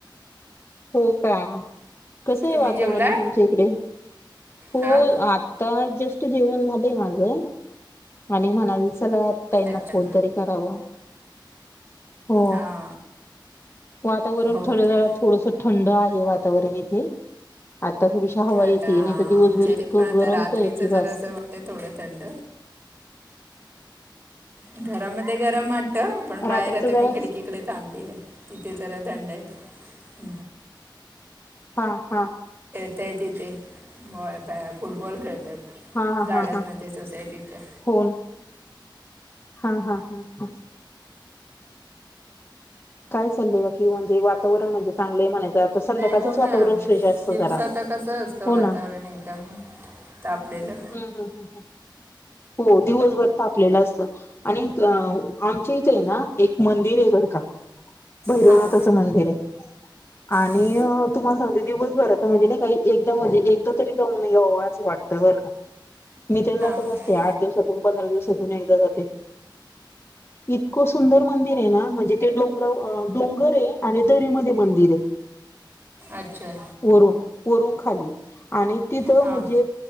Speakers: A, on the left; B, on the right.
A: हो का, कसं आहे
B: तुम्ही
A: वातावरण
B: जेवला
A: तुमच्या इकडे? हो
B: हां
A: आ आता जस्ट जेवण झालंय माझं आणि म्हणाल चला, ताईंना
B: अच्छा
A: फोन तरी करावा. हो
B: हां
A: वातावरण
B: हो
A: थोडं
B: हो
A: थोडसं थंड आहे, वातावरण इथे. आता थोडीशी हवा येते,
B: आता
A: नाहीतर दिवसभर
B: आमच्या
A: इतकं
B: इथे पण आता
A: गरमतय
B: रात्रीचं
A: की बास.
B: जर असं वाटतं थोडं थंड घरामध्ये गरम आ हे. पण बाहेर
A: रात्रीच
B: आता
A: जरा
B: मी खिडकीकडे थांबली आहे, तिथे जरा थंड आहे. <inaudible>
A: हा हा.
B: ते तेथे <unintelligible> फुटबॉल खेळतायत.
A: हा हा
B: गार्डनमध्ये
A: हा हा
B: सोसायटीच्या.
A: फोन हा हा हा हा. काय चाललेय नक्की म्हणजे, वातावरण म्हणजे चांगलय म्हणायचं. संध्याकाळचंच
B: हो ना,
A: वातावरण फ्रेश असतं
B: दिवसाचं
A: जरा.
B: कसं असतं
A: हो
B: वातावरण
A: ना.
B: एकदम तापलेलं.
A: हम्म हम्म हम्म हम्म. हो दिवसभर तापलेलं असतं आणि आमच्या इथे आहे ना, एक मंदिर आहे बर का भैरवनाथाचं
B: हां
A: मंदिर हाय.. आणि
B: हां
A: तुम्हाला सांगते, दिवसभर आता म्हणजे नाही काही एकदम म्हणजे एकदा तरी जाऊन यावं, असं वाटतं बर का. मी तर जातच
B: हां
A: असते, आठ दिवसातून पंधरा दिवसात तून एकदा जाते. इतकं सुंदर मंदिर आहे ना, म्हणजे ते डोंगराव डोंगर आहे आणि दरीमध्ये मंदिर आहे.
B: अच्छा
A: वरून, वरून खाली आणि तिथं
B: हां
A: म्हणजे